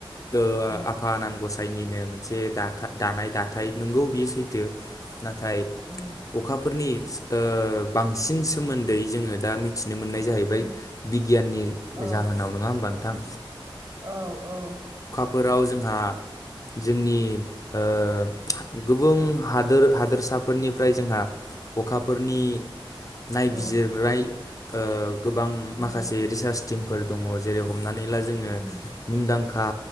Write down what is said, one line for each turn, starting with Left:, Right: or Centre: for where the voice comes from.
Left: ओ
Right: उम
Left: आफा आनान‌ गस साइनिनो मोनसे दानाथा दानाय दाथाय नोंगौ बियो सैथो नाथाय
Right: उम
Left: अखाफोरनि ओ बांसिन सोमोन्दै जोंङो दा मिथिनो मोननाय जाहैबाय
Right: उम
Left: बिगियाननि
Right: औ
Left: जाहोनाव नोंङा होमबा नोंथां।
Right: औ औ।
Left: फोराव जोंहा जोंनि ओ गुबुन हादोर हादोरसाफोरनिफ्राय जोंहा अखा फोरनि नायबिजिरनाय
Right: औ
Left: ओ गोबां
Right: उम
Left: माखासे रिसार्च टिम फोर दंङ जेरै हमनानै ला जोंङो
Right: उम
Left: मुंदां खा